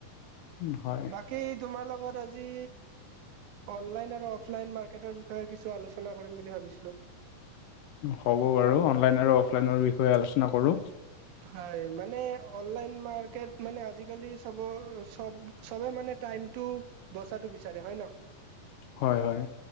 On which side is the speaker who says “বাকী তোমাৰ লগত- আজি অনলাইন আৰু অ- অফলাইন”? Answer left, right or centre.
Right